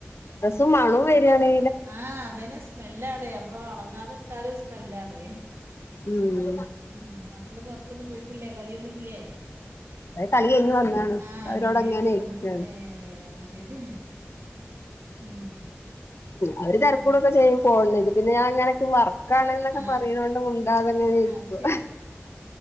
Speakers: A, on the left; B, on the right.
A: ഡ്രസ്സ് മണം വരുവാണ്
B: ആഹ് അതെന്നെ സ്മെല്ലാണ് ഞമ്മളൊണങ്ങാതെ ഇട്ടാല് സ്മെല്ലാണ്
A: ഉം
B: ഉം മക്കള് പൊർത്തൊന്നും പോയിട്ടില്ലേ കളം ഒന്നുല്ലേ
A: അത് കളി കഴിഞ്ഞ് വന്നാണ്
B: ആഹ്
A: അവരോടങ്ങനെ
B: കളി കൈഞ് വന്നത്
A: ഇരിക്കാണ്
B: ഏഹ് അഹ്ശരി ഉം
A: അവര് തെരക്കൂട്ടൊക്കെ
B: പിന്നെ
A: ചെയ്യും ഫോൺന് പിന്നെ ഞാ ഇങ്ങനെ വർക്ക് ക്കാണ് ന്നൊക്കെ
B: ആ
A: പറിണോണ്ട് മുണ്ടാതെങ്ങനെ ഇരിക്കും
B: അത്